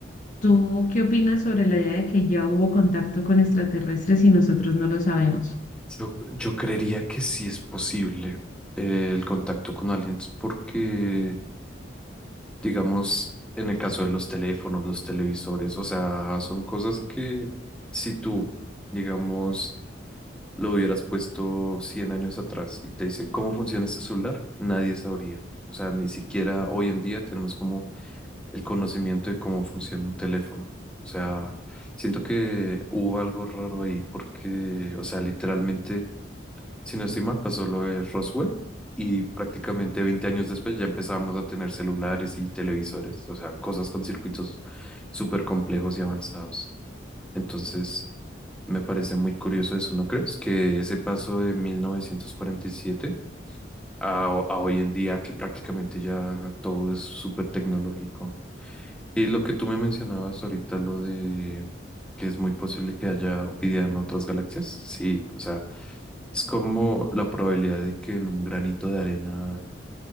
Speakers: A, on the left; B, in the centre.
A: ¿tú qué opinas sobre la idea de que ya hubo contacto con extraterrestres y nosotros no lo sabemos?
B: Yo, yo creería que sí es posible eh, el contacto con aliens porque, digamos, en el caso de los teléfonos, los televisores, o sea, son cosas que si tú, digamos, lo hubieras puesto 100 años atrás y te dicen cómo funciona este celular, nadie sabría. O sea, ni siquiera hoy en día tenemos como el conocimiento de cómo funciona un teléfono. O sea, siento que hubo algo raro ahí porque, o sea, literalmente, si no estoy mal, pasó lo de Roswell y prácticamente 20 años después ya empezábamos a tener celulares y televisores, o sea, cosas con circuitos súper complejos y avanzados. Entonces, me parece muy curioso eso, ¿no crees? Que ese paso de 1947 a, ho- a hoy en día, que prácticamente ya todo es súper tecnológico. Y lo que tú me mencionabas ahorita, lo de que es muy posible que haya vida en otras galaxias, sí, o sea, es como la probabilidad de que en un granito de arena